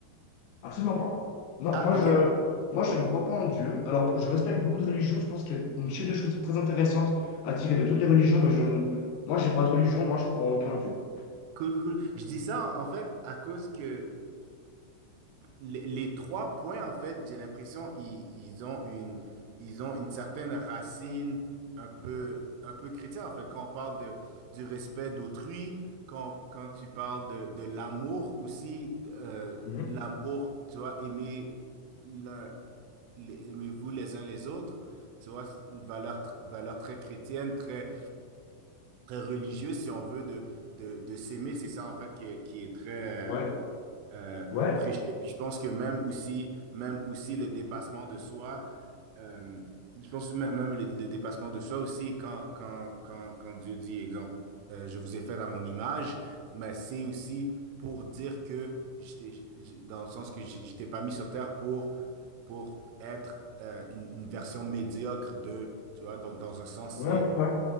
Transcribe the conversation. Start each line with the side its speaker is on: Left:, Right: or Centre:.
Left: Absolument pas. Non,
Right: Ah,
Left: moi
Right: ok.
Left: je, moi je ne crois pas en Dieu. Alors, je respecte beaucoup de religions. Je pense qu'il y a une chaîne de choses très intéressantes à tirer de toutes les religions, mais je, moi j'ai pas de religion. Moi, je crois en aucun Dieu.
Right: Cool, cool, cool. Je dis ça en en fait à cause que les, les trois points, en fait, j'ai l'impression ils, ils ont une ils ont une certaine racine un peu un peu chrétienne. En fait, quand on parle de du respect d'autrui, quand, quand tu parles de, de l'amour aussi, euh,
Left: Mhm.
Right: l'amour, tu vois, aimer. l'un les- aimez-vous les uns les autres. Tu vois, c'est une valeur, tr- valeur très chrétienne, très, très religieuse, si on veut, de, de, de s'aimer. C'est ça, en fait, qui est, qui est très
Left: Ouais,
Right: euh, euh,
Left: ouais,
Right: euh, prêché. Puis je pense que même aussi, même aussi le dépassement de soi, euh, je pense que même même le, le dépassement de soi aussi, quand, quand, quand, quand Dieu dit, exemple, euh, je vous ai fait à mon image, mais c'est aussi pour dire que je t'ai- je- je- dans le sens que je, je t'ai pas mis sur terre pour pour être euh, une, une version médiocre de, tu vois, donc dans un sens,
Left: ouais,
Right: c'est
Left: ouais. ouais.